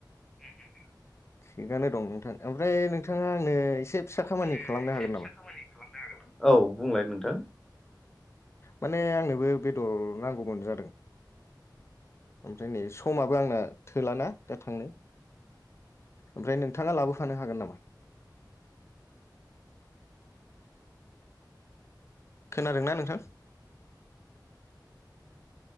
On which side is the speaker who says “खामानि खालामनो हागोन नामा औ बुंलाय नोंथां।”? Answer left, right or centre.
Centre